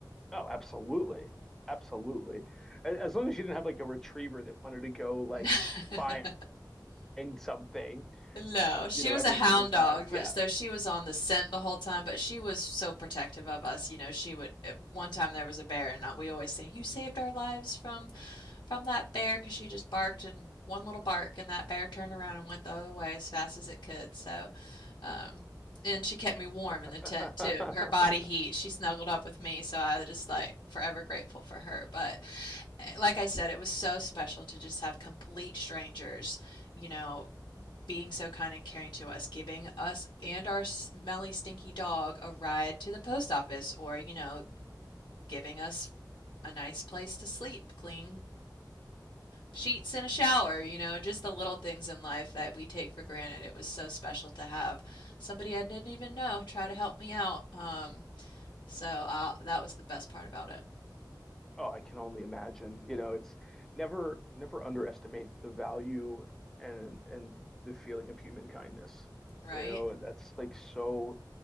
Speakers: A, in the centre; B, on the left (about 85°).
A: oh, absolutely, absolutely. A- As long as you didn't have like a retriever that wanted to go like
B: <laughs>
A: find something
B: No, she
A: you know,
B: was
A: every
B: a hound
A: single time.
B: dog,
A: Yeah.
B: but so she was on the scent the whole time. But she was so protective of us. You know, she would. at One time there was a bear, and uh, we always say, "You saved our lives from, from that bear," because she just barked and one little bark, and that bear turned around and went the other way as fast as it could. So, um, and she kept me warm
A: <laughs>
B: in the tent too. Her body heat. She snuggled up with me, so I was just like forever grateful for her. But eh, like I said, it was so special to just have complete strangers, you know, being so kind and caring to us, giving us and our smelly, stinky dog a ride to the post office, or, you know, giving us a nice place to sleep, clean sheets and a shower,
A: That's,
B: you know, just the little things in life that we take for granted. It was so special to have somebody I didn't even know try to help me out. Um, so uh, that was the best part about it,
A: oh, I can only imagine. You know, it's never, never underestimate the value and and the feeling of human kindness.
B: right?
A: You know, and that's like so,